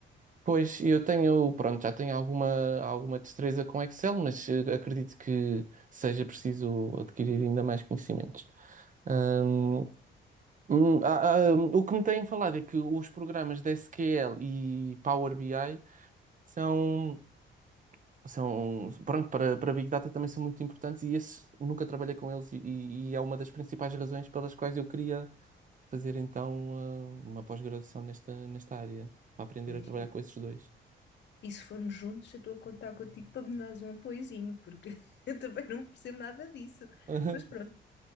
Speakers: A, on the right; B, on the left.
A: Pois, eu tenho, pronto, já tenho alguma, alguma destreza com Excel, mas eh, acredito que seja preciso adquirir ainda mais conhecimentos. Hum, hum, ah, ah, hum, o que me têm falado é que os programas de SQL e Power BI são, são pronto, para, para Big Data também são muito importantes e esses nunca trabalhei com eles e, e é uma das principais razões pelas quais eu queria fazer então ah, uma pós-graduação nesta, nesta área, para aprender
B: Pois,
A: a trabalhar
B: e,
A: com esses dois.
B: e se formos juntos, eu estou a contar contigo para me dares um apoiozinho, porque <laughs> eu também não percebo nada disso.
A: <laughs>
B: Mas pronto.